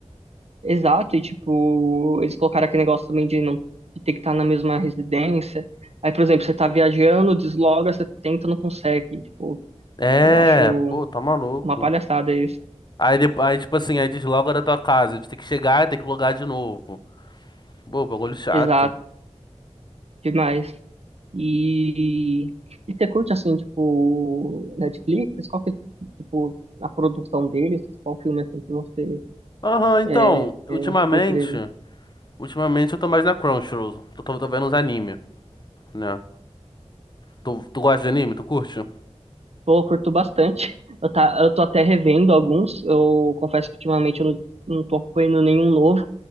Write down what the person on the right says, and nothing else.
Exato, e tipo, eles colocaram aquele negócio também de não de ter que estar na mesma residência. Aí, por exemplo, você tá viajando, desloga, você tenta, não consegue. Tipo,
Eu acho
uma palhaçada isso.
Exato, demais. E, e você curte, assim, tipo, Netflix? Qual que, é, tipo, a produção deles? Qual filme, assim, que você
é, é,
curte dele?
Pô, eu curto bastante. Eu, tá, eu tô até revendo alguns. Eu confesso que ultimamente eu não, não tô acompanhando nenhum novo.